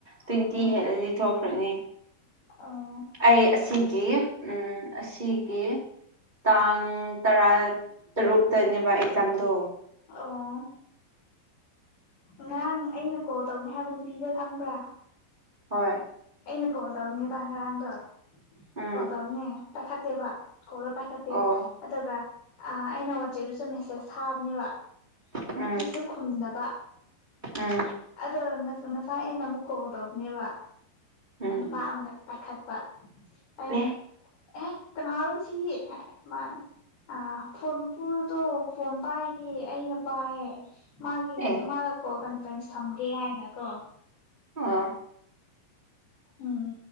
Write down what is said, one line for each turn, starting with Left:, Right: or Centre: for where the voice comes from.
Right: ꯇ꯭ꯋꯦꯟꯇꯤ
Left: ꯑꯥ
Right: ꯍꯦꯜꯂꯗꯤ ꯊꯣꯛꯈ꯭ꯔꯅꯤ
Left: ꯑꯣ
Right: ꯑꯩ ꯑꯁꯤꯒꯤ ꯎꯝ ꯑꯁꯤꯒꯤ ꯇꯥꯡ ꯇꯔꯥ ꯇꯔꯨꯛꯇꯅꯦꯕ ꯑꯦꯛꯖꯥꯝꯗꯣ
Left: ꯑꯣ ꯉꯔꯥꯡ ꯑꯩꯅ ꯀꯣꯜ ꯇꯧꯒꯅꯤ ꯍꯥꯏꯕ ꯅꯨꯄꯤꯗ ꯈꯪꯕ꯭ꯔꯥ
Right: ꯍꯣꯏ
Left: ꯑꯩꯅ ꯀꯣꯜ ꯇꯧꯅꯤꯕ ꯉꯔꯥꯡꯗꯣ
Right: ꯎꯝ
Left: ꯀꯣꯜ ꯇꯧꯕꯅꯦ ꯄꯥꯏꯈꯠꯇꯦꯕ ꯀꯣꯜꯗ ꯄꯥꯏꯈꯠꯇꯦ
Right: ꯑꯣ
Left: ꯑꯗꯨꯒ ꯑꯩꯅ ꯋꯥꯆꯦꯞꯇꯁꯨ ꯃꯦꯁꯦꯁ ꯊꯥꯕꯅꯦꯕ
Right: ꯎꯝ
Left: ꯑꯗꯨꯁꯨ ꯈꯨꯝꯗꯕ
Right: ꯎꯝ
Left: ꯑꯗꯣ ꯉꯁꯥꯏ ꯑꯩꯅ ꯑꯃꯨꯛ ꯀꯣꯜ ꯇꯧꯅꯦꯕ
Right: ꯎꯝ
Left: ꯅꯨꯄꯥ ꯑꯃꯅ ꯄꯥꯏꯈꯠꯄ ꯑꯩꯅ
Right: ꯑꯦ
Left: ꯑꯦ ꯀꯅꯥꯔꯣ ꯁꯤ ꯃꯥꯅ ꯑ ꯐꯣꯟ ꯄꯨꯗꯣ ꯐꯣꯟ ꯄꯥꯏꯗꯤ ꯑꯩꯅ ꯄꯥꯏꯌꯦ ꯃꯥꯒꯤ
Right: ꯑꯦ
Left: ꯃꯥꯒ ꯀꯣꯜ ꯀꯟꯐꯔꯦꯟꯁ ꯊꯝꯒꯦ ꯍꯥꯏꯅ ꯀꯣ
Right: ꯑꯣ
Left: ꯎꯝ